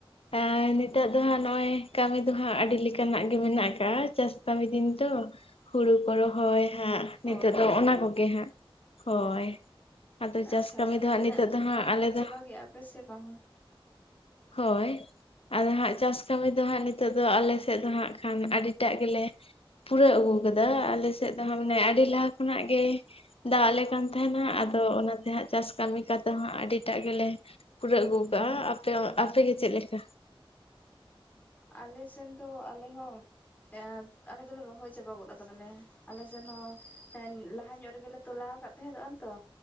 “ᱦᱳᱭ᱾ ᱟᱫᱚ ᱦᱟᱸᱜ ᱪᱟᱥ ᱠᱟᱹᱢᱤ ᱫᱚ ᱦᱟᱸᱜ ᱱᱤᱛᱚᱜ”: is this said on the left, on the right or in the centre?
Left